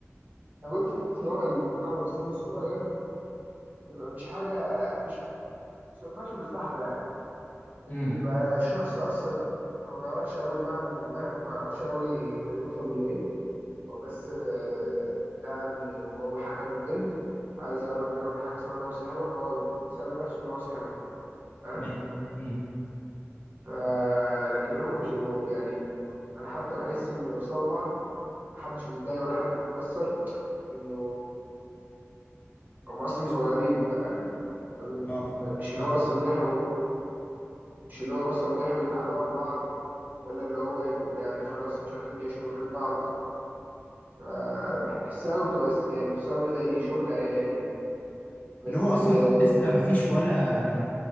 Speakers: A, on the right; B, on the left.
A: أنا بص حاسس إن هو المصاحبة في السن الصغير بيبقى مش حاجة مش مش مصاحبة يعني ده
B: امم
A: بيبقى الشخص أصلا هو ما يعرفش أوي المعنى منها وما يعرفش أوي هيوصل لإيه هو بس آه، لقى إنه هو حابب بنت عايز يقرب منها وفي حاجة اسمها إن هو صاحبها فهو بيسمي نفسه إن هو صاحبها فاهم؟
B: ماشي امم
A: ف- لكن هما مش بيبقوا- يعني أنا حتى بحس إنه لو سووا بعض محدش بيتضايق ولا حد بيتأثر لأنه هم أصلا صغيرين فاهم فبن-
B: اه ف... ف...
A: مش اللي هو أصلا لحقوا مش اللي هو أصلا لحقوا يتعلقوا ببعض ولا اللي هو يبقوا يعني خلاص مش عارفين يعيشوا من غير بعض فبحسها وبتبقى س- يعني تسمى زي شغل عيال يعني بس
B: اللي هو اصلا
A: آه،
B: لسه ما فيش ولا